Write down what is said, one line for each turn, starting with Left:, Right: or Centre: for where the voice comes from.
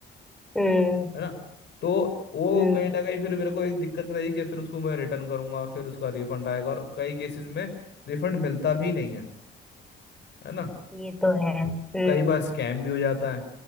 Centre: हम्म हम्म हाँ हम्म हम्म
Left: है ना तो वो
Centre: हम्म
Left: कहीं ना कहीं फिर मेरे को एक दिक्कत रही कि फिर उसको मैं रिटर्न करूंगा फिर उसका रिफंड आएगा और कई केसेस में रिफंड मिलता भी नहीं है है ना
Centre: ये तो है हम्म
Left: कई बार स्कैम भी हो जाता है